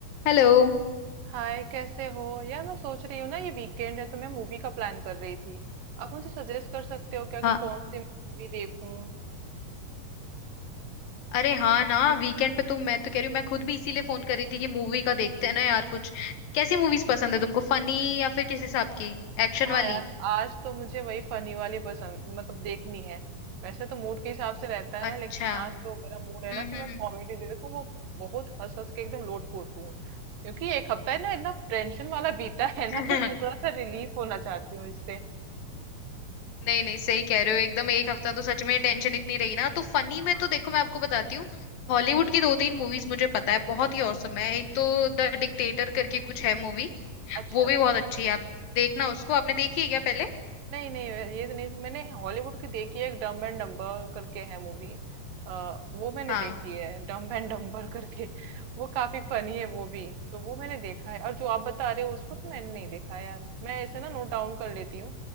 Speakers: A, on the left; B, on the right.
A: Hello
B: हाय कैसे हो यार मैं सोच रही हूँ ना ये वीकेंड है तो मैं मूवी का प्लान कर रही थी आप मुझे सजेस्ट कर सकते हो क्या कि
A: हाँ
B: कौन सी मूवी देखूं
A: अरे हाँ ना वीकेंड पे तुम मैं तो कह रही हूँ मैं खुद भी इसीलिए फोन कर रही थी कि मूवी का देखते हैं ना यार कुछ कैसी मूवीज पसंद है तुमको फनी या फिर किस हिसाब की एक्शन
B: हाँ
A: वाली
B: यार आज तो मुझे वही फनी वाली पसंद मतलब देखनी है वैसे तो मूड के हिसाब से रहता है
A: अच्छा
B: लेकिन आज तो मेरा मूड
A: हम्म
B: है ना कि
A: हम्म
B: मैं कॉमेडी दे देखूं वो बहुत हंस हंस के एकदम लोटपोट हूँ क्योंकि एक हफ्ता है ना इतना टेंशन वाला बीता है
A: <laughs>
B: ना कि मैं थोड़ा सा रिलीफ होना चाहती हूँ इससे
A: नहीं नहीं सही कह रहे हो एकदम एक हफ्ता तो सच में टेंशन इतनी रही ना तो फनी
B: हाँ
A: में तो देखो मैं आपको बताती
B: हम्म,
A: हूँ हॉलीवुड की दो तीन मूवीज मुझे पता है बहुत ही औसम है एक तो द डिक्टेटर करके कुछ है मूवी
B: अच्छा
A: वो
B: अच्छा
A: भी बहुत अच्छी है आप देखना उसको आपने देखी है क्या पहले
B: नहीं नहीं ये तो नहीं मैंने हॉलीवुड की देखी है एक डम्ब एंड डम्बर करके है मूवी वो मैंने
A: हाँ
B: देखी है डम्ब एंड डम्बर करके वो काफी फनी है वो भी तो वो मैंने देखा है और जो आप बता रहे हो उसको तो मैंने नहीं देखा यार मैं ऐसे ना नोट डाउन कर लेती हूँ